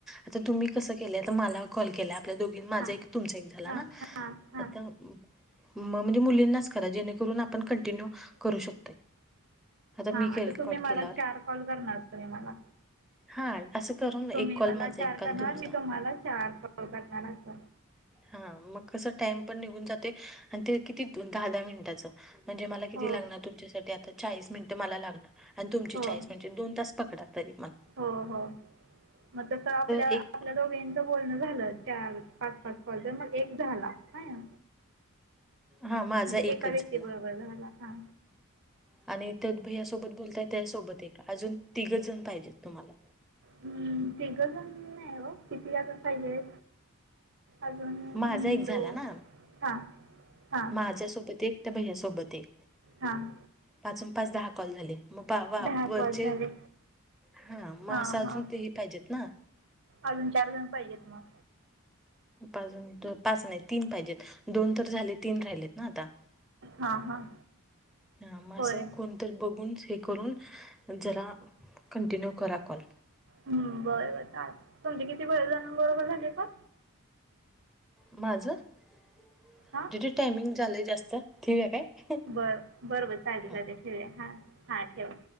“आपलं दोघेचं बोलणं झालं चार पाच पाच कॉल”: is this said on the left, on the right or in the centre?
Right